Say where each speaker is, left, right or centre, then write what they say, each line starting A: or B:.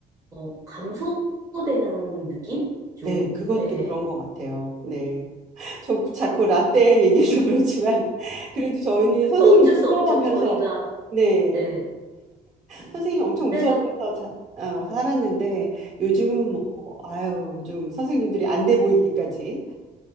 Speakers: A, on the right; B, on the right.
A: 어, 감소되는 느낌? 좀,
B: 네, 그것도
A: 예.
B: 그런 것 같아요. 네, <laughs> 저 자꾸 라떼 얘기해서 그렇지만 <laughs> 그래도 저희는 선생님
A: 뭐 어쩔 수 없죠.
B: 무서워하면서
A: 저희가,
B: 네,
A: 네. 음,
B: 선생님 엄청 무서워하면서
A: 그래도
B: 자, 어, 살았는데 요즘은 뭐 아유 좀 선생님들이 안돼 보이기까지